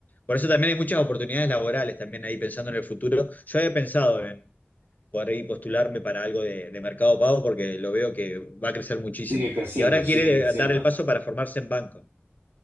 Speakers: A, on the left; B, on the right.
A: Por eso también hay muchas oportunidades laborales también ahí pensando en el futuro. Yo había pensado en poder ahí postularme para algo de, de Mercado Pago porque lo veo que va a crecer muchísimo.
B: sigue creciendo
A: Y ahora
B: y sigue
A: quiere
B: creciendo.
A: dar el paso para formarse en banco.